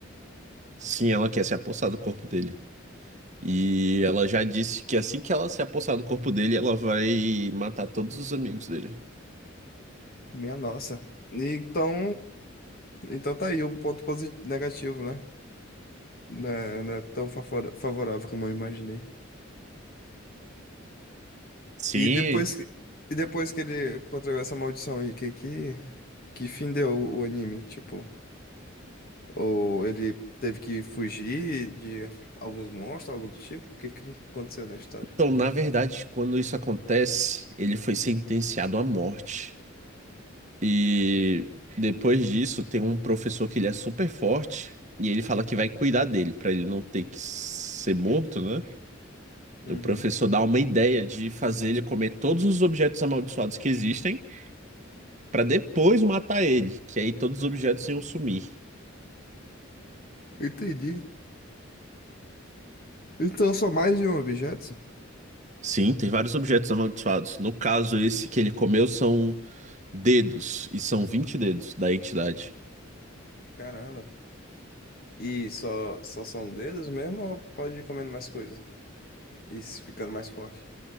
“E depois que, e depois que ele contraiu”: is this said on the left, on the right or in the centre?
Left